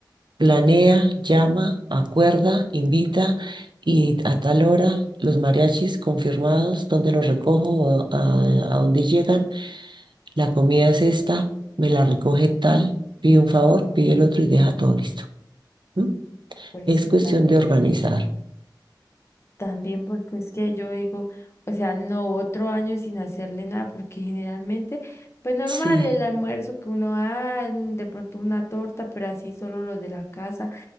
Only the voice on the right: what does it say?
planea, llama, acuerda, invita y a tal hora los mariachis confirmados, dónde los recojo, a, a dónde llegan, la comida es esta, me la recoge tal, pide un favor, pide el otro y deja todo listo. ¿no?
Es
cuestión
de organizar.
Sí.